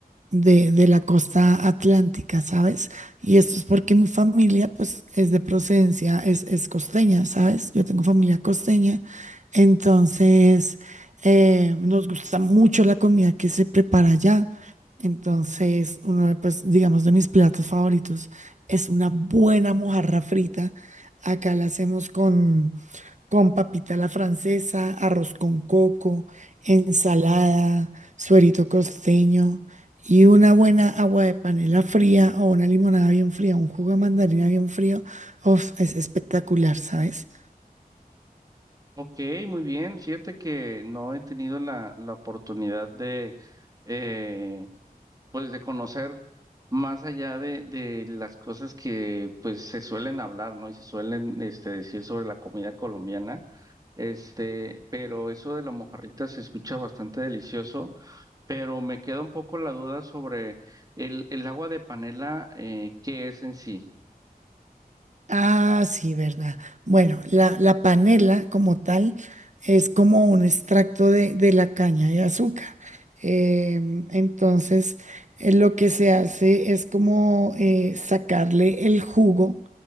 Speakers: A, on the right; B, on the right.
A: de, de la costa atlántica, ¿sabes? Y esto es porque mi familia pues es de procedencia, es, es costeña, ¿sabes? Yo tengo familia costeña, entonces eh, nos gusta mucho la comida que se prepara allá. Entonces, uno de, pues, digamos, de mis platos favoritos es una buena mojarra frita Acá la hacemos con, con papita a la francesa, arroz con coco, ensalada, suerito costeño y una buena agua de panela fría o una limonada bien fría, un jugo de mandarina bien frío. Uf, es espectacular, ¿sabes?
B: Ok, muy bien. Fíjate que no he tenido la, la oportunidad de, eh, pues, de conocer más allá de, de las cosas que, pues, se suelen hablar, ¿no? Y se suelen, este, decir sobre la comida colombiana. Este, pero eso de la mojarrita se escucha bastante delicioso, pero me queda un poco la duda sobre el, el agua de panela, eh, ¿qué es en sí?
A: Ah, sí, verdad. Bueno, la, la panela como tal es como un extracto de, de la caña de azúcar. Em, entonces, eh, lo que se hace es como eh, sacarle el jugo